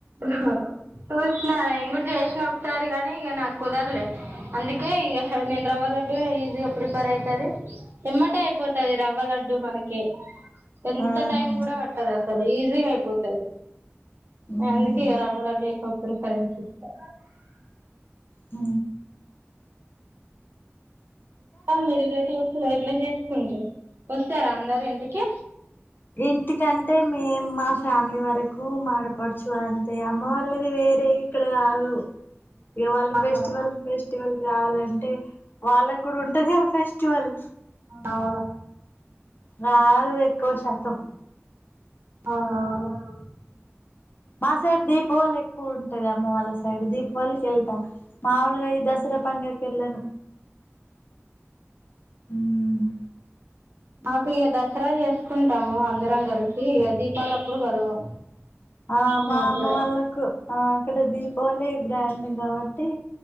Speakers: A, on the right; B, on the left.
A: హా చూసిన నేను కూడా చేసిన ఒక సారి కానీ ఇంకా నాకు కుదరలే అందుకే ఇ నేను రవ్వ లడ్డు ఈజీగా ప్రిపేర్ అవుతది ఎమ్మటి అయిపోతది రవ్వ లడ్డు మనకి ఎంత
B: ఆహా
A: టైమ్ కూడా పట్టంది అ ఈజీగా అయిపోతుది
B: ఊహు
A: ఎందుకే రవ్వ లడ్డు ప్రిఫరెన్స్ ఇస్తా
B: ఆ
A: మీ రిలేటివ్ ఎట్ల చేసుకుంటారు వస్తారా అందరు ఇంటికి
B: ఇంటికంటే మేము మా ఫ్యామిలీ వరకు మా ఆడపడుచు అంతే అమ్మ వాళ్ళది వేరే ఇక్కడ కాదు వాళ్ళు
A: ఆహా
B: ఫెస్టివల్ ఫెస్టివల్ రావాలంటే వాళ్ళకి కూడా ఉంటంది ఫెస్టివల్
A: అవును
B: రారు ఎక్కువ శాతం
A: అవు
B: మాసడ్ దీపావళి ఎక్కువ ది అమ్మ వాళ్ళ సైడ్ దీపావళికి వెళ్తా మాముూలుగా ఈ దసరా పండుగకి వెళ్ళను హ
A: మాకు ఇక దసరా చేసుకుంటాము అందరం కలిసి ఇక దీపాలు అప్పుడు కలవం
B: ఆ మా
A: మాకు
B: అమ్మ
A: కూడా
B: వాళ్ళకు ఆ అక్కడది పోలే గ్రాండ్ కాబట్టి